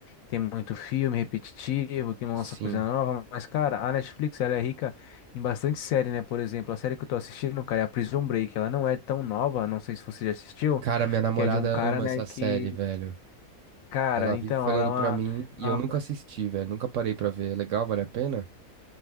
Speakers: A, on the left; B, on the right.
A: tem muito filme repetitivo, que não
B: Sim.
A: lança coisa nova, mas, cara, a Netflix, ela é rica em bastante série, né? Por exemplo, a série que eu tô assistindo, cara, é a Prison Break, ela não é tão nova, não sei se você já assistiu,
B: Cara, minha namorada
A: que é de um cara,
B: ama
A: né,
B: essa
A: que,
B: série, velho.
A: cara,
B: Ela
A: então,
B: vive falando
A: ela é
B: pra mim e eu
A: uma.
B: nunca assisti, velho. Nunca parei pra ver. É legal, vale a pena?